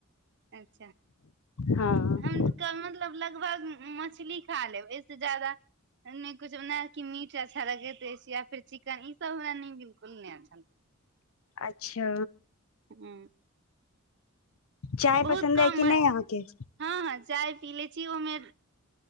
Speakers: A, on the right (about 55°); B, on the left (about 75°).
A: अच्छा
B: हँ
A: हम क मतलब लगभग मछली खा लेब एहसे ज्यादा नै कुछ ओना कि मीट अच्छा लगै अछि या फेर चिकन ई सब हमरा ने बिलकुल नै अच्छा लागै
B: अच्छा
A: हूँ
B: चाय
A: बहुत
B: पसन्द
A: कम
B: अइ कि
A: मात्रा
B: नै अहाँके
A: हँ हँ चाय पी लै छी ओहमे